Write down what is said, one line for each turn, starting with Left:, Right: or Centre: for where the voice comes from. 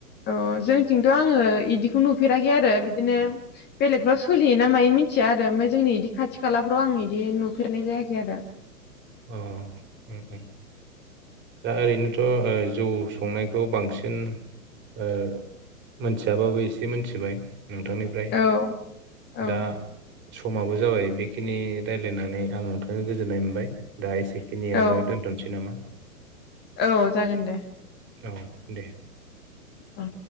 Left: अ जोंथिंथ आं ङो इदिखौ नुफेराखै आरो बिदिनो बेलेगफ्राव सोलियोना मायो मिन्थिया आरो ओमफाय जोंनि बिदि खाथि खालाफ्राव आं बिदि नुफेरनाय जायाखै आरो।
Right: अ उम उम दा ओरैनोथ ओ जौ संनायखौ बांसिन ओ मोनथियाबाबो एसे मोनथिबाय। नोंथांनिफ्राय
Left: औ औ
Right: दा समाबो जाबाय बेखिनि रायलायनानै आं नोंथां गोजोननाय मोनबाय। दा इसि खिनियावनो
Left: औ
Right: दोनथसै नामा?
Left: औ जागोन दे।
Right: औ दे।
Left: औ